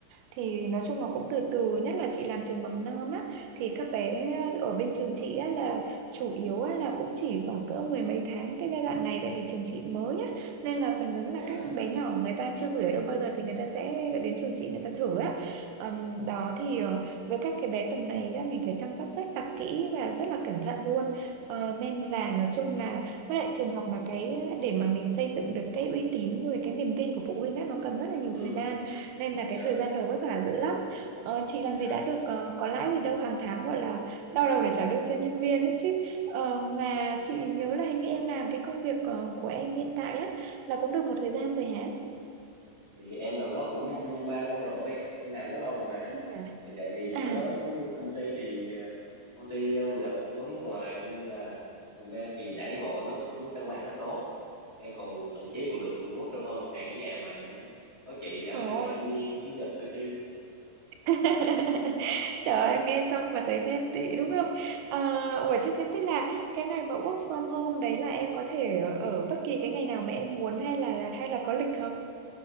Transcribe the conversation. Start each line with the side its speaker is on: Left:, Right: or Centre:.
Right: thì nói chung là cũng từ từ nhất là chị làm trường mầm non á thì các bé ở bên trường chị á là chủ yếu á là cũng chỉ khoảng cỡ mười mấy tháng cái giai đoạn này tại vì trường chị mới á nên là phần lớn là
Left: dạ
Right: các bé nhỏ người ta chưa gửi ở đâu bao giờ thì người ta sẽ đến trường chị người ta thử á Ờm, đó thì ờ, với các cái bé tầm này á, mình phải chăm sóc rất là kỹ và rất là cẩn thận luôn ờ, nên là nói chung là với lại trường học mà cái để mà mình xây dựng được cái uy tín rồi cái niềm tin của phụ huynh á nó cần rất là nhiều
Left: ừ
Right: thời gian nên là
Left: dạ
Right: cái thời gian đầu vất vả dữ lắm ờ, chị làm
Left: dạ
Right: gì đã được ờ, có lãi gì đâu hàng tháng gọi là đau đầu để trả lương cho nhân viên ấy chứ ờ, mà chị nhớ là hình như em làm cái công việc ờ, của em hiện tại á là cũng được một thời gian rồi hả
Left: thì em làm đó cũng 3 năm rồi em làm đó lâu rồi mà
Right: Ừ.
Left: thì tại vì
Right: à
Left: chỗ đó công ty thì ờ, công ty ờ, Nhật vốn nước ngoài nên là thành ra thì đãi ngộ nó cũng căn bản là tốt em còn thậm chí còn được work from home một ngày ở nhà mà có chị làm
Right: trời
Left: thứ bảy
Right: ơi
Left: chủ, chủ nhật thôi chứ
Right: <laughs> Trời ơi, nghe xong mà thấy ghen tị đúng không? À, ủa chứ thế tức là cái ngày mà work from home đấy là em có thể ở bất kỳ cái ngày nào mà em muốn hay là hay là có lịch không?